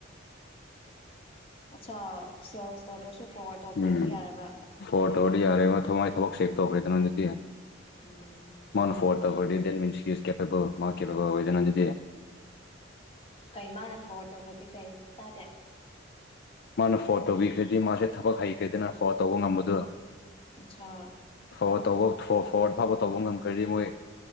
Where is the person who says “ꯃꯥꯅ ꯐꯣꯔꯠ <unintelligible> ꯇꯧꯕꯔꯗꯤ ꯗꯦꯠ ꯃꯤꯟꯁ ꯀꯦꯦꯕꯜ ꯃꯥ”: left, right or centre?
Left